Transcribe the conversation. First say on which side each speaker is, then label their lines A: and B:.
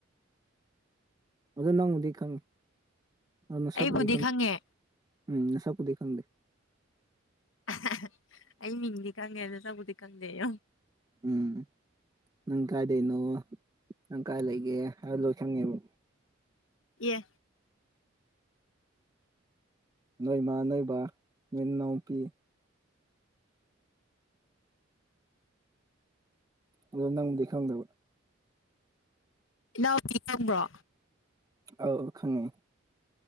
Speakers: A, on the right (about 20°); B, on the left (about 70°).
A: ꯑꯗꯣ ꯅꯪꯕꯨꯗꯤ ꯈꯪꯉꯤ ꯅꯁꯛꯄꯨꯗꯤ
B: ꯑꯩꯕꯨꯗꯤ
A: ꯈꯪꯉꯤ
B: ꯈꯪꯉꯦ
A: ꯎꯝ ꯅꯁꯛꯄꯨꯗꯤ ꯈꯪꯗꯦ
B: ꯑꯍꯥꯍꯥ ꯑꯩ ꯃꯤꯡꯗꯤ ꯈꯪꯉꯦ ꯅꯁꯛꯄꯨꯗꯤ ꯈꯪꯗꯦꯌꯣ
A: ꯎꯝ ꯅꯪ ꯀꯥꯏꯗꯩꯅꯣ ꯅꯪ ꯀꯥꯏ ꯂꯩꯒꯦ ꯍꯥꯏꯕ ꯂꯣꯏ ꯈꯪꯉꯦꯕ
B: ꯑꯦ
A: ꯅꯣꯏ ꯃꯥ ꯅꯣꯏ ꯕꯥ ꯅꯣꯏ ꯅꯅꯥꯎꯄꯤ ꯑꯗꯣ ꯅꯪꯗꯤ ꯈꯪꯗꯕ
B: ꯏꯅꯥꯎꯄꯤ ꯈꯪꯕ꯭ꯔꯣ
A: ꯑꯧ ꯈꯪꯉꯦ